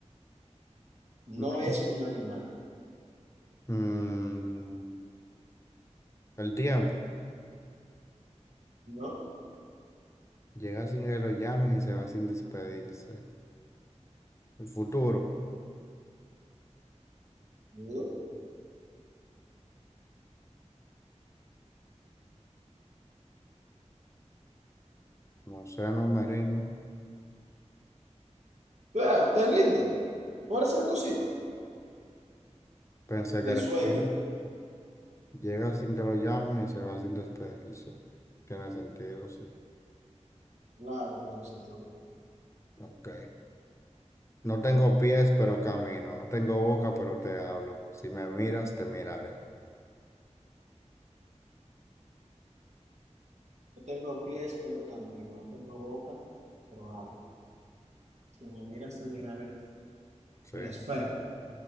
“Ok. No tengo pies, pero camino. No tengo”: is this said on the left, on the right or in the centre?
Left